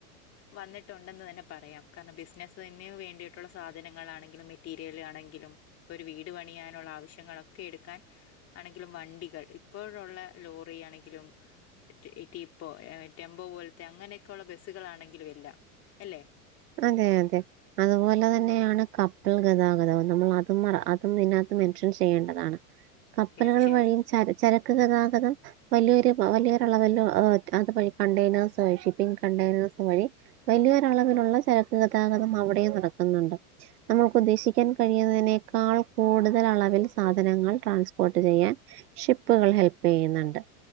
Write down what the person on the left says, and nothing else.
വന്നിട്ടുണ്ടെന്ന് തന്നെ പറയാം കാരണം ബിസിനസ്സിന് വേണ്ടിയിട്ടുള്ള സാധനങ്ങളാണെങ്കിലും മെറ്റീരിയൽ ആണെങ്കിലും ഇപ്പൊ ഒരു വീട് പണിയാനുള്ള ആവശ്യങ്ങളൊക്കെ എടുക്കാൻ ആണെങ്കിലും വണ്ടികൾ ഇപ്പോഴുള്ള ലോറി ആണെങ്കിലും ടിപ്പോ ടെമ്പോ പോലത്തെ അങ്ങനെയൊക്കെ ഉള്ള ബസ്സുകളാണെങ്കിലും എല്ലാം അല്ലെ
തീർച്ചയായും